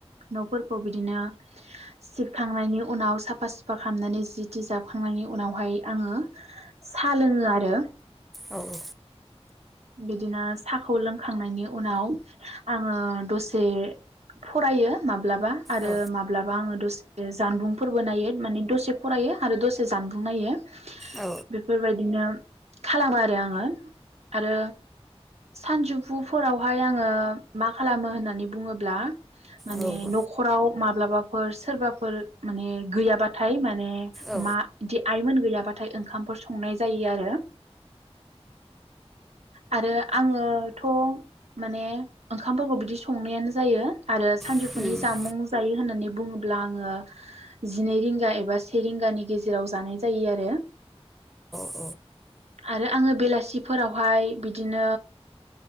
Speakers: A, on the right; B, in the centre.
A: न'फोरखौ बिदिनो सिबखांनायनि उनाव साफा सुफा खालामनानै जि थि जाबखांनायनि उनावहाय आङो साहा लोङो आरो
B: औ औ
A: बिदिनो साखौ लोंखांनायनि उनाव आङो दसे फरायो मा ब्लाबा आरो
B: औ
A: माब्लाबा आङो दसे जानबुं फोरबो नायो माने दसे फरायो आरो दसे जानबुं नायो
B: औ
A: बेफोर बायदिनो खालामो आरो आङो आरो सानजौफुफोरावहाय आङो मा खालामो होननानै बुङोब्ला माने
B: औ उम
A: न'खराव माब्लाबाफोर सोरबाफोर माने गैयाबाथाय माने
B: औ
A: मा <unintelligible> आइमोन गैयाबाथाय ओंखामफोर संनाय जायो आरो आरो आङोथ' माने ओंखामफोरखौ बिदि संनायानो जायो आरो सानजौफुनि
B: औ
A: जामुं जायो होननानै बुङोब्ला आङो जिनै रिंगा एबा से रिंगानि गेजेराव जानाय जायो आरो
B: औ
A: आरो आङो बेलासिफोराव फाय बिदिनो